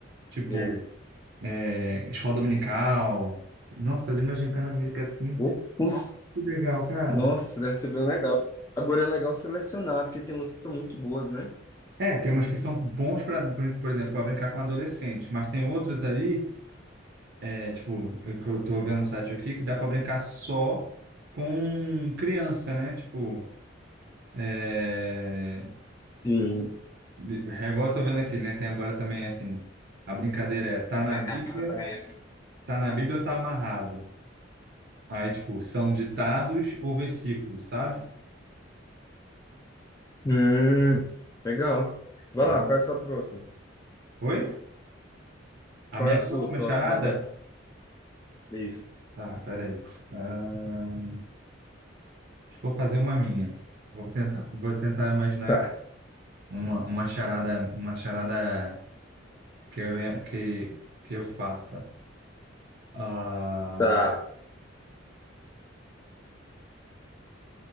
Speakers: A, on the right (about 55°); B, on the left (about 15°).
A: tipo,
B: É.
A: é, escola dominical. Nossa, fazer uma gincana bíblica assim,
B: Um, um,
A: que legal, cara.
B: Nossa, deve ser bem legal. Agora é legal selecionar, porque tem músicas que são muito boas, né?
A: É, tem umas que são bons para, por exemplo, para brincar com adolescente, mas tem outras ali, é, tipo, eu- que eu tô vendo um site aqui, que dá para brincar só com criança, né? Tipo, é...
B: Sim.
A: bi- Igual eu tô vendo aqui, né? Tem agora também, assim, a brincadeira é tá na
B: <laughs>
A: Bíblia, tá na Bíblia ou tá amarrado? Aí, tipo, são ditados ou versículos, sabe?
B: Hum, legal. Vai
A: É
B: lá,
A: uma...
B: qual é a sua próxima?
A: Oi? A
B: Qual
A: minha
B: é a sua
A: próxima
B: próxima
A: charada?
B: agora? Isso.
A: Tá, peraí. Ah, acho que vou fazer uma minha. Vou tentar, vou tentar imaginar
B: Tá.
A: aqui uma, uma charada, uma charada que eu, venha- que, que eu faça. Ah,
B: Tá.